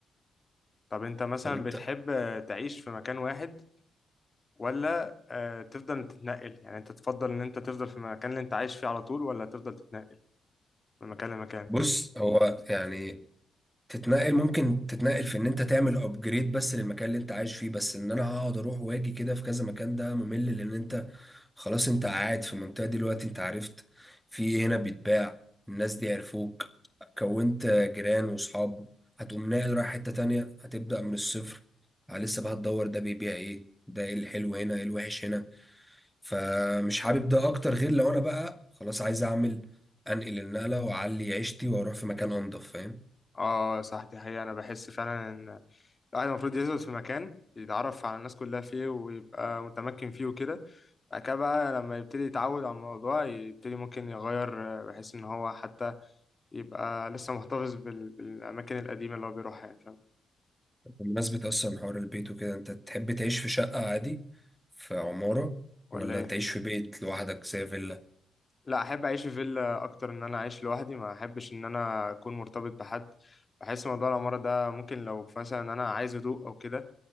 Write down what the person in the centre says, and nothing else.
طب انت
بص هو يعني تتنقل ممكن تتنقل في ان انت تعمل ابجريد بس للمكان اللي انت عايش فيه بس ان انا اقعد اروح واجي كده في كذا مكان ده ممل لان انت خلاص انت قاعد في المنطقة دي دلوقتي انت عرفت في إيه هنا بيتباع الناس دي عرفوك كونت جيران واصحاب هتقوم ناقل رايح حتة تانية هتبدأ من الصفر آه، لسه بقى هتدور ده بيبيع ايه ده ايه الحلو هنا ايه الوحش هنا فمش حابب ده اكتر غير لو انا بقى خلاص عايز اعمل انقل النقله واعلي عيشتي واروح في مكان انضف فاهم
بمناسبه اصلا حوار البيت وكده انت تحب تعيش في شقه عادي في عماره
ولا
تعيش في بيت لوحدك زي فيلا